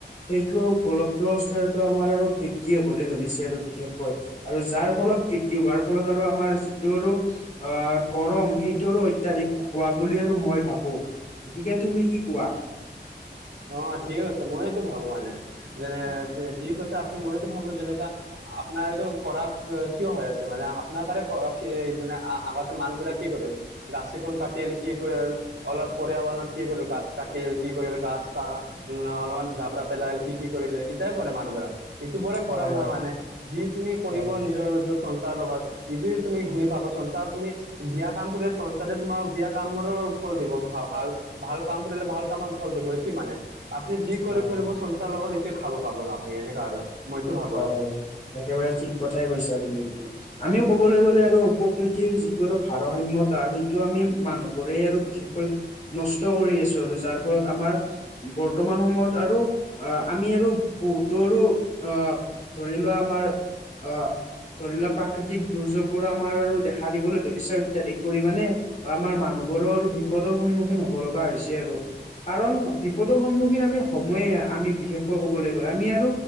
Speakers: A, on the left; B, on the right.
A: সেইটো গোলকীয় উষ্ণতাতো আমাৰ আৰু বৃদ্ধি হবলৈ ধৰিছে আৰু বিশেষকৈ। আৰু যাৰ ফলত বৃদ্ধি হোৱাৰ ফলত আৰু আমাৰ যিটো আৰু অ গৰম সেইটো আৰু অত্যাধিক হোৱা বুলি আৰু মই ভাবো। গতিকে তুমি কি কোৱা?
B: অ ঠিকেই কৈছে। মইতো ভাবো মানে যেনে যি কৈছে আপুনি মইতো ভাবো যেনেকা আপোনাৰ এইটো কৰা কি-কিয় হৈ আছে মানে। আপোনাৰ কাৰে কৰা কি যোনে আ-আগতে মানুহ বিলাক কি কৰিল? গাছ এখন কাটিল, কি কৰিল, অলপ পৰ্য়াবৰণ কি কৰিল, গাছ কাটিল কি কৰিল গাছ তা অলপমান ঝাবৰা পেলাই, কি কি কৰিলে ইতাও কৰে মানুহবিলাক সিটো পৰা কৰাম
A: হয়
B: হোৱা
A: হয়
B: মানে, যি তুমি কৰিব
A: হয়
B: নিজৰ চঞ্চাৰৰ লগত ইতো তুমি ঘূৰি পাব চনচাৰ তুমি বিয়া কাম কৰিলে চনচাৰে তোমাক বিয়া কামৰে ফল দিব ভা-ভাল ভাল কাম কৰিলে ভাল কামৰ ফল দিব। কি মানে আপুনি যি কৰে
A: হয়
B: কৰিব
A: হয়।
B: চনচাৰ লগত এতোয়ে খাব পাব আপুনি এনেকা আৰু। মইতো ভাবো
A: হয়
B: আৰু
A: হয়। একেবাৰে ঠিক কথাই কৈছা তুমি এইটো। আমিও ক'বলৈ গ'লে আৰু প্ৰকৃতিৰ যিটো আৰু ভাৰসাম্যত তা সেইটো আমি মানুহবোৰেই আৰু বিশেষকৈ নষ্ট কৰি আছো আৰু যাৰ ফলত আমাৰ বৰ্তমান সময়ত আৰু আ আমি আৰু বহুতৰো অ ধৰি লোৱা আমাৰ অ ধৰি লোৱা প্ৰাকৃতিক দুৰ্যোগবোৰ আমাৰ আৰু দেখা দিবলৈ ধৰিছে অত্যধিক পৰিমাণে। বা আমাৰ মানুহবোৰো বিপদৰ সন্মুখীন হব লগা হৈছে আৰু। কাৰণ বিপদৰ সন্মুখীন আমি হ'ম এই। আমি বিশেষকৈ কবলৈ গ'লে আমি আৰু